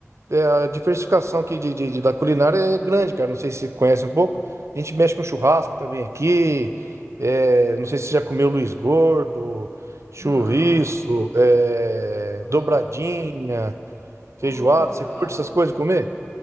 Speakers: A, on the right; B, on the left.
A: é, a diversificação aqui de, de- de- da culinária é grande, cara. Não sei se você conhece um pouco. A gente mexe com churrasco também aqui. É, não sei se você já comeu Luiz Gordo, chouriço,
B: Não.
A: é,
B: Aham.
A: dobradinha, feijoada.
B: Ô, que legal.
A: Você curte essas coisas comer?